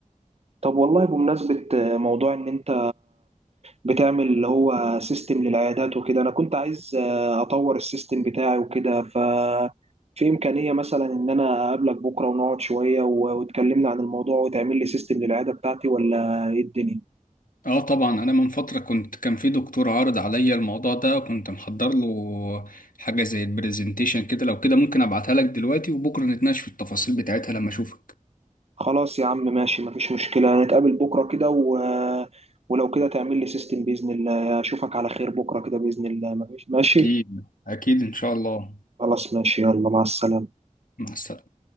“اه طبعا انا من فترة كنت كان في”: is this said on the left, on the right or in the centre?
Left